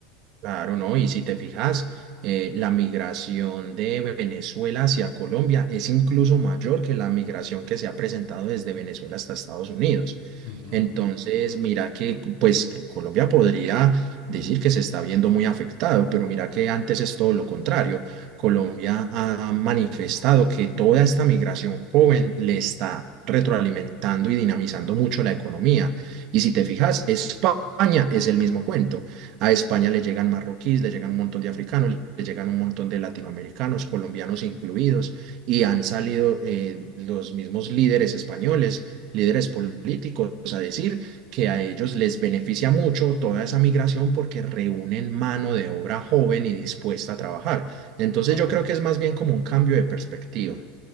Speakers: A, on the right; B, on the left.
A: Claro, ¿no? Y si te fijas, eh, la migración de Venezuela hacia Colombia es incluso mayor que la migración que se ha presentado desde Venezuela hasta Estados Unidos.
B: Ujú.
A: Entonces, mira que pues eh, Colombia podría decir que se está viendo muy afectado, pero mira que antes es todo lo contrario. Colombia ha manifestado que toda esta migración joven le está retroalimentando y dinamizando mucho la economía. Y si te fijas, España es el mismo cuento. A España le llegan marroquíes, le llegan un montón de africanos, le llegan un montón de latinoamericanos, colombianos incluidos, y
B: Ujú.
A: han salido eh, los mismos líderes españoles líderes políticos a decir que a ellos les beneficia mucho toda esa migración porque reúnen mano de obra joven y dispuesta a trabajar. Entonces
B: Ah,
A: yo creo que es más bien como un cambio de perspectiva.